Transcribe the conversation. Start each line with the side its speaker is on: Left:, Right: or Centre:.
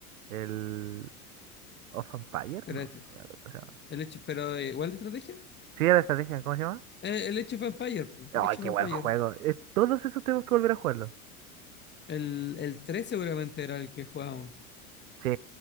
Right: El. Of Empire,
Left: Pero
Right: no.
Left: este,
Right: O sea,
Left: el hecho, pero eh, igual de estrategia.
Right: sí, era estrategia, ¿cómo se llama?
Left: Eh, El, hecho of Empire, po,
Right: ¡Ay,
Left: Age
Right: qué
Left: of Empire.
Right: buen juego! Es- todos esos tenemos que volver a jugarlo.
Left: El, el 3 seguramente era el que jugábamos.
Right: Sí.